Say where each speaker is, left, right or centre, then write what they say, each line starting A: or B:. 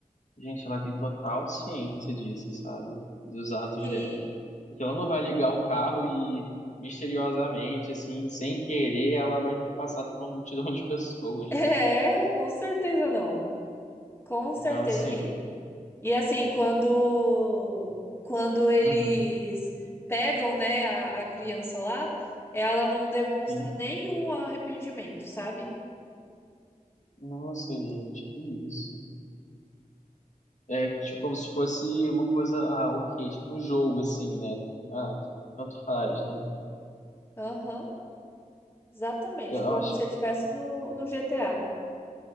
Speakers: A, on the left; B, on the left.
A: gente, ela tem total ciência disso, sabe? Dos atos
B: Sim,
A: dela. Porque ela não vai ligar o carro e, misteriosamente, assim, sem querer, ela vai ter passado por uma multidão de pessoas,
B: <laughs> é,
A: né?
B: com certeza não. Com
A: Então,
B: certeza.
A: assim,
B: E E assim, quando quando eles
A: uhum,
B: pegam, né, a, a criança lá, ela não demonstra
A: sim.
B: nenhum arrependimento, sabe?
A: Nossa, gente, que isso. É tipo, como se fosse uma coisa, ah, ok, tipo um jogo, assim, né? Ah, tanto faz, né?
B: Aham, exatamente,
A: Eu
B: como
A: acho
B: se eu
A: que
B: tivesse no, no GTA.